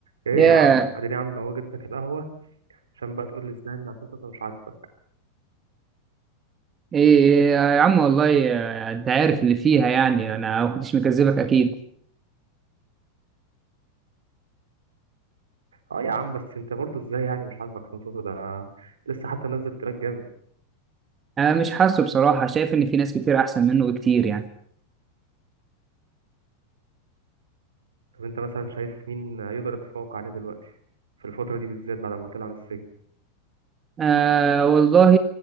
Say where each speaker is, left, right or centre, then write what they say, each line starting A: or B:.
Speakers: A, on the right (about 70°); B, on the right (about 25°).
A: ايه
B: ياه
A: يا عم اديني يا عم هو جبتك القهوه عشان بقى تقول لي ازاي ان عصام صوصه مش عاجبك
B: إيه إيه يا عم والله آه، انت عارف اللي فيها يعني انا ما كنتش مكذبك اكيد
A: اه يا عم بس انت برضو ازاي يعني مش عاجبك عصام صوصه ده لسه حتى نزل تراك جامد
B: انا مش حاسه بصراحه شايف ان في ناس كتير احسن منه بكتير يعني
A: طب انت مثلا شايف مين يقدر يتفوق عليه دلوقتي في الفتره دي بالذات بعد ما طلع من السجن
B: آه والله